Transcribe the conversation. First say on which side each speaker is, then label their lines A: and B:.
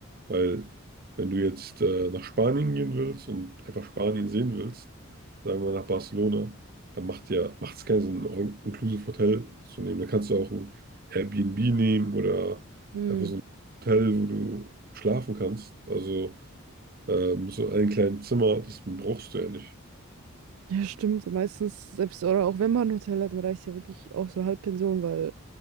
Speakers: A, on the right (about 40°); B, on the right (about 80°).
A: Weil wenn du jetzt äh, nach Spanien gehen willst und einfach Spanien sehen willst, sagen wir nach Barcelona, dann macht ja, macht es keinen Sinn, ein All-Inclusive-Hotel zu nehmen. Da kannst du auch ein Airbnb nehmen oder
B: Mhm.
A: einfach so ein Hotel, wo du schlafen kannst. Also ähm, so ein kleines Zimmer, das brauchst du ja nicht.
B: Ja, stimmt. So Meistens, selbst oder auch wenn man ein Hotel hat, dann reicht ja wirklich auch so eine Halbpension, weil,